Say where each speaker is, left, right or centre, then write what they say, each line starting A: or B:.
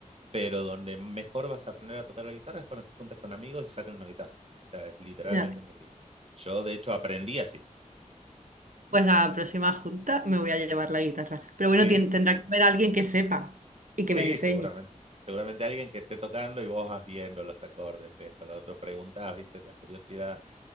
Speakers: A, on the right; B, on the right.
A: pero donde mejor vas a aprender a tocar la guitarra es cuando te juntas con amigos y sacan una guitarra. O sea, es, literalmente
B: Ya.
A: es así. Yo, de hecho, aprendí así.
B: Pues a la próxima junta me voy a llevar la guitarra. Pero bueno,
A: Sí,
B: tien- tendrá que haber alguien que sepa y que
A: sí,
B: me enseñe.
A: seguramente. Seguramente alguien que esté tocando y vos vas viendo los acordes, esto, lo otro, preguntás, viste, la curiosidad.